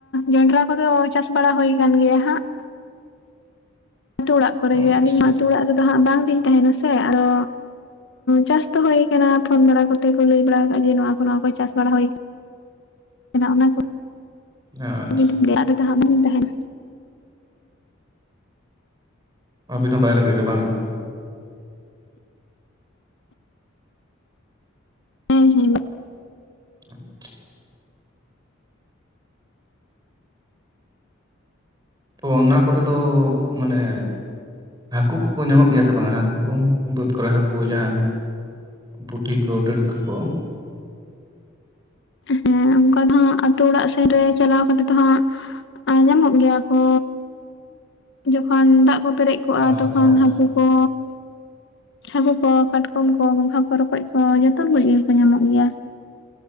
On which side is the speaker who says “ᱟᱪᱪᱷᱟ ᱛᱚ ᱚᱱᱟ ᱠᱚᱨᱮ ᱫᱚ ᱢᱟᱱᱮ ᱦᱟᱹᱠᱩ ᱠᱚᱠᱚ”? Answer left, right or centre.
Right